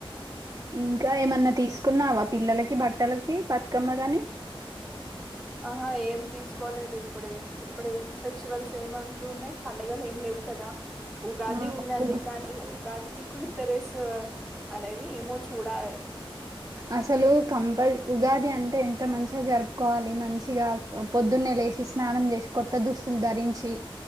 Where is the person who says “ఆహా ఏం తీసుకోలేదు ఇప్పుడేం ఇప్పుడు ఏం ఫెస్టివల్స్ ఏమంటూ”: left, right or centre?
Centre